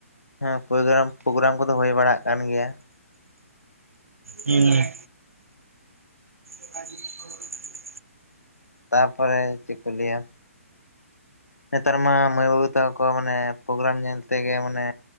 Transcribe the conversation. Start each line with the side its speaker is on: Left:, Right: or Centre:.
Left: ᱦᱮᱸ ᱯᱨᱳᱜᱨᱟᱢ ᱯᱨᱳᱜᱨᱟᱢ ᱠᱚᱫᱚ ᱦᱩᱭ ᱵᱟᱲᱟᱜ ᱠᱟᱱ ᱜᱮᱭᱟ᱾
Right: ᱦᱮᱸᱻ ᱦᱮ <unintelligible>
Left: ᱛᱟᱯᱚᱨᱮ ᱪᱮᱫ ᱠᱚ ᱞᱟᱹᱭᱟ? ᱱᱮᱛᱟᱨ ᱢᱟ ᱢᱟᱹᱭ ᱵᱟᱹᱵᱩ ᱛᱟᱠᱚᱠᱚ ᱢᱟᱱᱮ ᱯᱨᱳᱨᱟᱢ ᱧᱮᱞ ᱛᱮᱜᱮ ᱢᱟᱱᱮᱼᱼ